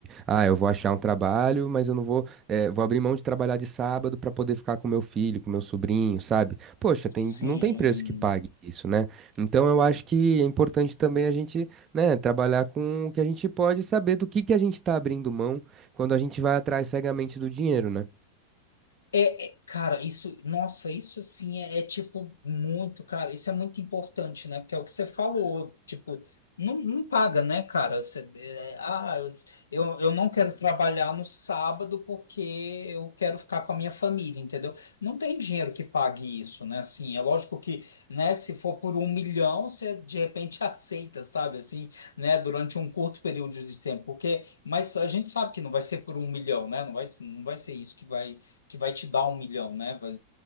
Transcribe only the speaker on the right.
ah, eu vou achar um trabalho, mas eu não vou é, vou abrir mão de trabalhar de sábado para poder ficar com meu filho, com meu sobrinho, sabe? Poxa, tem,
não tem preço que pague isso, né? Então eu acho que é importante também a gente, né, trabalhar com o que a gente pode saber do que que a gente tá abrindo mão quando a gente vai atrás cegamente do dinheiro, né?